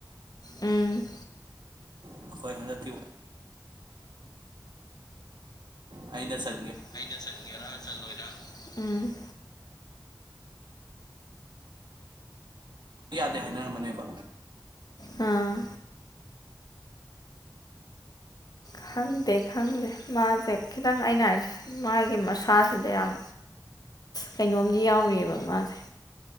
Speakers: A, on the left; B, on the right.
A: ꯎꯝ
B: ꯑꯩꯈꯣꯏ ꯍꯟꯖꯇꯤ ꯑꯩꯅ ꯆ
A: ꯑꯩꯅ ꯆꯠꯒꯦꯔꯥ ꯆꯠꯂꯣꯏꯔ ꯎꯝ
B: ꯌꯥꯗꯦ ꯍꯥꯏꯅꯔꯝꯝꯕꯅꯤ ꯕ
A: ꯑ ꯈꯪꯗꯦ ꯈꯪꯗꯦ ꯃꯥꯁꯦ ꯈꯤꯇꯪ ꯑꯩꯅ ꯍꯥꯏꯁꯦ ꯃꯥꯒꯤ ꯃꯁꯥꯁꯤꯗ ꯌꯥꯝ ꯀꯩꯅꯣꯝꯗꯤ ꯌꯥꯎꯔꯤꯑꯕ ꯃꯥꯁꯦ